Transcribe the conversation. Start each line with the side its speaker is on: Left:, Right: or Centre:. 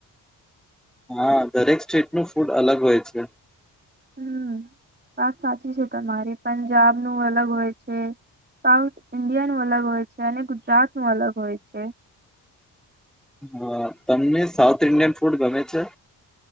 Centre: હા દરેક સ્ટ્રીટનુંું ફૂડ અલગ હોય છે
Right: હમ વાત સાચી છે તમારી પંજાબનુંું અલગ હોય છે સાઉથ ઈન્ડિયાનું અલગ હોય છે અને ગુજરાતનુંું અલગ હોય છે
Centre: હા તમને સાઉથ ઇન્ડિયન ફૂડ ગમે છે